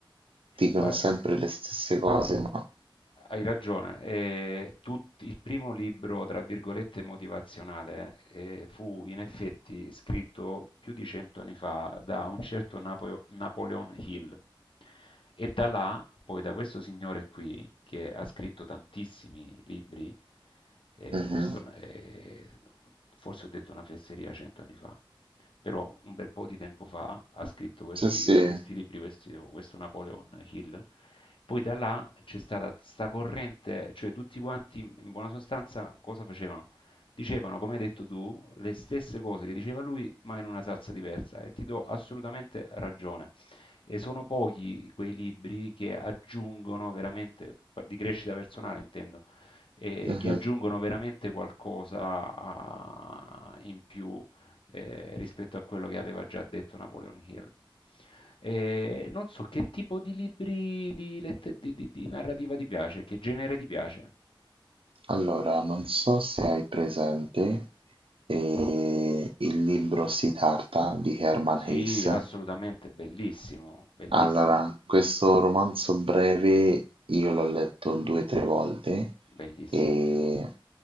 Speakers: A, on the right; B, on the left.
A: dicono
B: Guarda,
A: sempre
B: eh,
A: le stesse cose, ma...
B: Hai ragione, eh, tut- il primo libro, tra virgolette, motivazionale eh, fu in effetti scritto più di cento anni fa da un certo Napo- Napoleon Hill e da là, poi da questo signore qui, che ha scritto tantissimi libri, eh,
A: Mhm.
B: questo è- forse ho detto una fesseria cento anni fa, però un bel po' di tempo fa ha scritto questi,
A: Sì, sì.
B: questi libri, questi- questo Napoleon Hill. Poi da là c'è stata sta corrente, cioè tutti quanti in buona sostanza cosa facevano? Dicevano, come hai detto tu, le stesse cose che diceva lui, ma in una salsa diversa e ti do assolutamente ragione. E sono pochi quei libri che aggiungono veramente, di crescita personale intendo, eh,
A: mhm.
B: che aggiungono veramente qualcosa a- in più eh, rispetto a quello che aveva già detto Napoleon Hill. Eh, non so che tipo di libri di, lette- di- di- di narrativa ti piace, che genere ti piace?
A: Allora, non so se hai presente eh, il libro Siddhartha di Hermann
B: Sì,
A: Hesse.
B: assolutamente, bellissimo, bellissimo,
A: Allora, questo romanzo breve io l'ho letto due o tre volte
B: bellissimo,
A: e